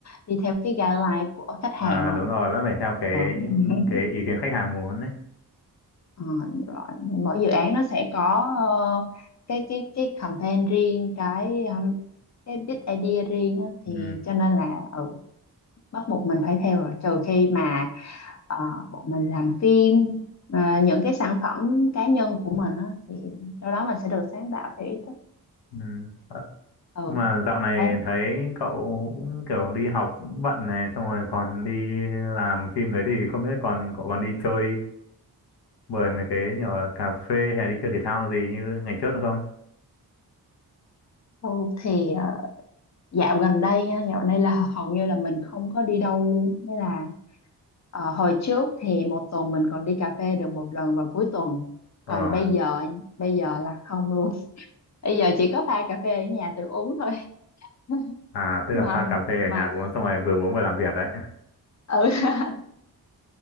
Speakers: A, on the left; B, on the left.
A: đi theo cái guideline của khách hàng
B: à,
A: rồi
B: đúng rồi vẫn phải theo cái
A: ừ.
B: những
A: <laughs>
B: cái ý kiến khách hàng muốn đấy.
A: Ờ, đúng rồi mỗi dự án nó sẽ có ờ, cái cái cái campaign riêng cái um, cái big idea riêng á, thì
B: Ừ,
A: cho nên là ừ, bắt buộc mình phải theo rồi trừ khi mà ờ, bọn mình làm phim ờ, những cái sản phẩm cá nhân của mình á, thì đâu đó mình sẽ được sáng tạo theo ý thích
B: ừ. Ờ,
A: ừ
B: Nhưng mà dạo này
A: đấy
B: thấy cậu cũng kiểu đi học cũng bận này, xong rồi còn đi làm phim thế thì không biết còn cậu còn đi chơi bởi mấy cái nhiều là cà phê hay đi chơi thể thao gì như ngày trước nữa không?
A: Thôi thì ờ, dạo gần đây nha dạo này là hầu như là mình không có đi đâu luôn nghĩa là ờ, hồi trước thì một tuần mình còn đi cà phê được một lần vào cuối tuần
B: Ờ,
A: còn bây giờ bây giờ là không luôn <laughs> bây giờ chỉ có pha cà phê ở nhà tự uống thôi <laughs>
B: à tức
A: mà
B: là pha cà phê ở
A: mà
B: nhà uống xong rồi vừa uống vừa làm việc đấy.
A: ừ <laughs>